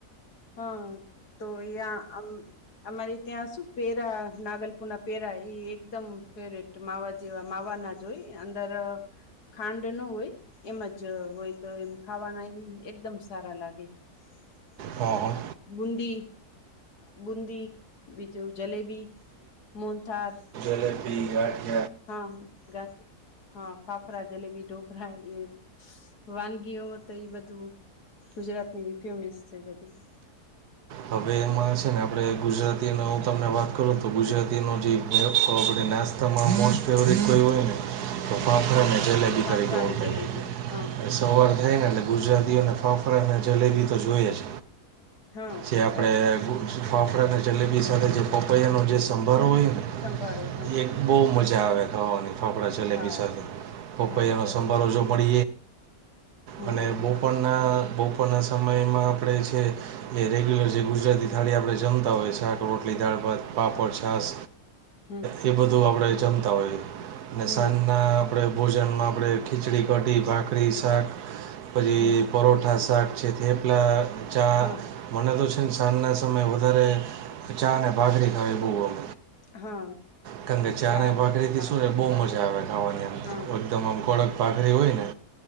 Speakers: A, on the left; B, on the right.
A: હા તો યા અમારી ત્યાં શું પેરા નાગલપુના પેરા એકદમ ફેવરેટ માવા જેવા માવા ના જોઈ અંદર ખાંડ ન હોય એમ જ હોય તો એમ ખાવાના એમ એકદમ સારા લાગે. <unintelligible>
B: હા હ.
A: બુંદી બુંદી બીજું જલેબી. મોહનથાળ.
B: લપી આટ.
A: હા ગ હા ફાફડા જલેબી ઢોકરા એ. વાનગીઓમાં તો એ બધું ગુજરાતની ફેમસ છે. બધી
B: હવે છે. ને આપડે ગુજરાતી ન હું તમને વાત કરું તો ગુજરાતી નો જે નાસ્તામાં મોસ્ટ ફેવરિટ હોયને તો અી
A: ફાફરા
B: તારીખ ઓળ થ
A: જલેબી
B: <unintelligible>
A: હા
B: એ સવાર થાય ને એટલે ગુજરાતીઓને ફફડા અને જલેબી તો જોઈએ જ.
A: હા
B: જે આપડે
A: સાચી વાત છે
B: ફાફડા અને જલેબી સાથે જે પપૈયાનોો જે સંભારો હોય ને.
A: સંભારો હા.
B: એક બહુ મજા આવે ખાવાની ફાફડા જલેબી
A: હા
B: સાથે. પપૈયાનો
A: હા સાચી
B: સંભારો
A: વાત
B: જો પ બ
A: હમ
B: <unintelligible>
A: હમ હમ
B: ના બપોરના સમયમાં આપણે છે. એ રેગ્યુલર જે ગુજરાતી થાળી આપણે જમતા હોય શાક રોટલી દાળ ભાત પાપડ છાસ
A: હમ
B: એ એ બધું આપણે જમતા હોઈએ અને
A: હમ
B: સાંજના. આપણે ભોજનમાં આપણે ખીચડી કઢી ભાખરી શાક પછી
A: હમ
B: પરોઠા શાક છે તે પેલા ચા.
A: હા
B: મને તો છે ને સા ના સય વધારેચા અને બાજરી ખાય એ બું.
A: હા
B: કારણ કે ચા
A: ચાલ
B: ભાખરીથી
A: ભાખરી
B: શું ને બહુ મજા આવે ખાવાની અંદર.
A: હા
B: એકદમ આમ કડક ભાખરી હોયને.